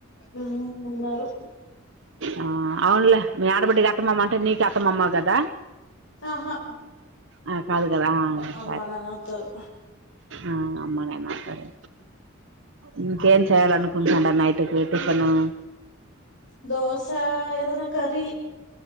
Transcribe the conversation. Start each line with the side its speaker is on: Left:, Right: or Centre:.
Left: ఊ ఉన్నారు
Right: ఆ అవునులే మీ ఆడబిడ్డకి అత్తమామ అంటే నీకు అత్త మామ కదా
Left: ఆహా
Right: ఆ కాదు కదా
Left: అమ్మ
Right: సరే
Left: నాన్న అవుతరు
Right: ఆ అమ్మ నాన్న అవుతరు ఇంకేం చేయ్యాలనుకుంటండావ్ నైట్ కి టిఫను
Left: దోస ఏదన్న కర్రీ